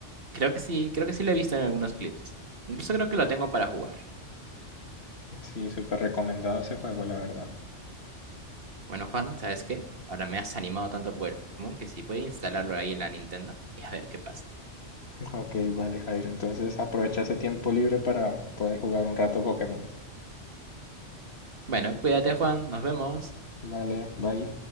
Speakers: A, on the right; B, on the left.
A: Creo que sí, creo que sí lo he visto en algunos clips. Incluso creo que lo tengo para jugar.
B: Sí, súper recomendado ese juego, la verdad.
A: Bueno, Juan, ¿sabes qué? Ahora me has animado tanto por el Pokémon que sí, voy a instalarlo ahí en la Nintendo y a ver qué pasa.
B: Ok, vale, Jairo. Entonces aprovecha ese tiempo libre para poder jugar un rato Pokémon.
A: Bueno, cuídate, Juan. Nos vemos.
B: Vale, bye.